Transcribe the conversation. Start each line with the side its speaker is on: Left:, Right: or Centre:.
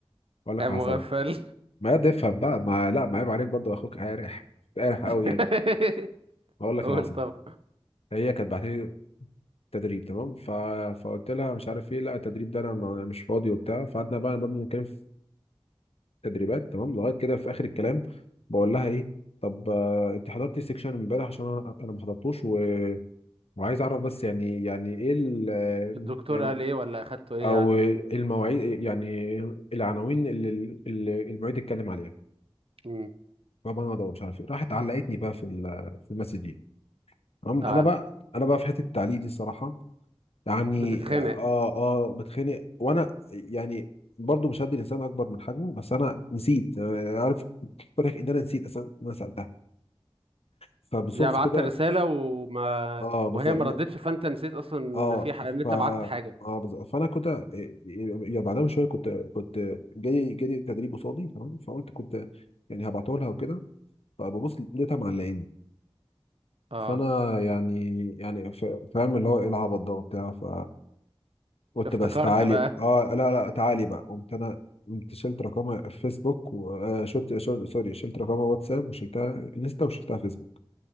Left: هقول لك
Right: يا
Left: اللي
Right: مغفل
Left: حصل ما ده افهم بقى ما لا ما عيب عليك برضه اخوك قارح قارح
Right: <laughs>
Left: قوي يعني هقول لك
Right: قول
Left: اللي حصل
Right: طب
Left: هي كانت بعت لي تدريب تمام ف... فقلت لها مش عارف ايه لا التدريب ده انا ما- أنا مش فاضي وبتاع فقعدنا بقى نبدا نتكلم في تدريبات تمام لغايه كده في اخر الكلام بقول لها ايه طب آه، انت حضرتي سيكشن امبارح عشان انا أنا ما حضرتوش و... وعايز اعرف بس يعني يعني ايه ال...
Right: الدكتور
Left: يعني
Right: قال ايه ولا اخدته ايه
Left: او
Right: يعني
Left: المواعيد يعني العناوين اللي اللي المعيد اتكلم عليها
Right: امم
Left: فبقى انا ادور مش عارف ايه راحت علقتني بقى في ال... في المسج دي تمام
Right: اه
Left: انا بقى انا بقى في حته التعليق دي الصراحه يعني
Right: بتتخانق
Left: اه اه بتخانق وانا يعني برضو مش هدي الانسان اكبر من حجمه بس انا نسيت آه، عارف فرق ان انا نسيت اصلا إن انا سالتها فبالصدفه
Right: يعني بعت
Left: كده
Right: رسالة وما
Left: اه بالظبط
Right: وهي ما ردتش فانت نسيت اصلا ان
Left: اه
Right: في ح... ان انت
Left: ف
Right: بعت حاجة
Left: اه بالظبط فانا كنت يعني بعدها بشويه كنت كنت جالي جالي تدريب قصادي تمام فقلت كنت يعني هبعته لها وكده فببص لقيتها معلقاني
Right: اه
Left: فانا يعني يعني ف- فاهم اللي هو ايه العبط ده وبتاع ف قلت
Right: افتكرت
Left: بس تعالي
Right: بقى
Left: اه لا لا تعالي بقى قمت انا قمت شلت رقمها في فيسبوك وشلت سوري شلت رقمها واتساب وشلتها انستا وشلتها فيسبوك